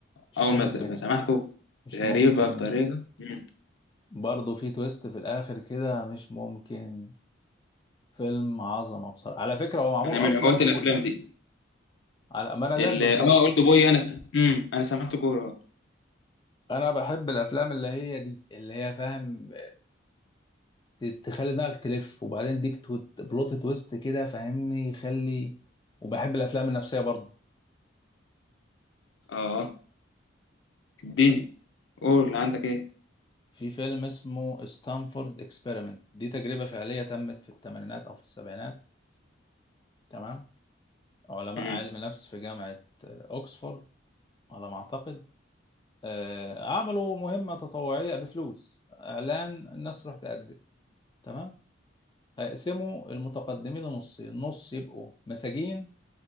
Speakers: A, on the left (about 25°); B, on the left (about 70°).
A: مش
B: اول
A: ممكن
B: ما ما سمعته
A: مش
B: غريبة
A: ممكن
B: بطريقة مم.
A: برضه في تويست في الاخر كده مش ممكن فيلم عظمه بصراحه على فكره هو معمول
B: انا
A: اصلا
B: من هواة
A: كوري
B: الافلام دي
A: على ما انا
B: ال-
A: زيك بالظبط
B: اه اولد بوي انا امم انا سمعت كورة
A: انا بحب الافلام اللي هي دي اللي هي فاهم ت- تخلي دماغك تلف وبعدين ديك تو- بلوت تويست كده فاهمني يخلي وبحب الافلام النفسيه برضه
B: اه اديني قول عندك ايه
A: في فيلم اسمه ستانفورد اكسبيرمنت دي تجربه فعليه تمت في الثمانينات او في السبعينات تمام علماء
B: امم
A: علم نفس في جامعه آه، اوكسفورد على ما اعتقد آه، عملوا مهمة تطوعية بفلوس إعلان الناس تروح تقدم تمام هيقسموا المتقدمين لنصين نص يبقوا مساجين